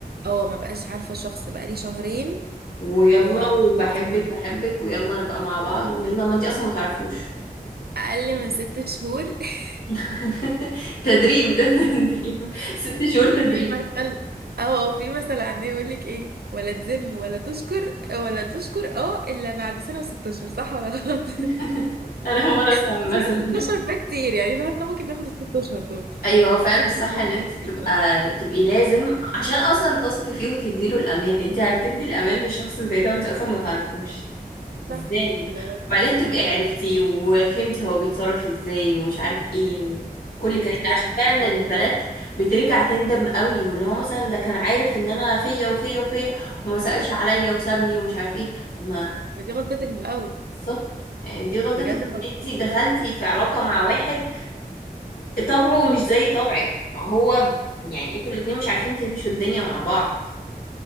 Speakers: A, on the right; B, on the left.
A: اه ما بقاش عارفة شخص بقالي شهرين
B: ويلا
A: و
B: وبحبك
A: <laughs>
B: بحبك ويلا نبقى مع بعض ويلا ما انت اصلا ما تعرفوش
A: اقل من ست شهور <laughs>
B: <laughs> تدريب ده تدريب ست شهور
A: بصي
B: تدريب
A: في مثل اه في مثل عندنا يقول لك ايه ولا تذم ولا تشكر ولا تشكر اه الا بعد سنة وست اشهر صح ولا غلط <laughs> سنة
B: <laughs> انا اول مره اسمع
A: وست
B: المثل ده
A: اشهر ده كتير يعني فاحنا ممكن ناخد الست اشهر دول
B: ايوه هو فعلا
A: ست اشهر
B: الصح ان
A: دول
B: انت تبقى
A: كتير فعلاً.
B: تبقي لازم عشان اصلا تثقي فيه وتديله الامان انت هتدي الامان لشخص زي ده وانت اصلا ما تعرفوش ازاي
A: صح اللي هو
B: وبعدين تبقي
A: بالظبط
B: عرفتي وفهمتي هو بيتصرف ازاي ومش عارف ايه وكل الكلام ده
A: بيعمل
B: عشان
A: كده.
B: فعلا البنات بترجع تندم قوي واللي هو مثلا ده كان عارف ان انا فيا وفيا وفيا وما سألش عليا وسابني ومش عارف ايه طب ما
A: ما دي غلطتك من الاول
B: بالظبط يعني دي غلطتك
A: بجد
B: ان
A: غلطتك
B: انتي دخلتي
A: من الاول
B: في علاقة مع واحد طبعه مش زي طبعك هو يعني انتوا الاتنين مش عارفين تمشوا الدنيا مع بعض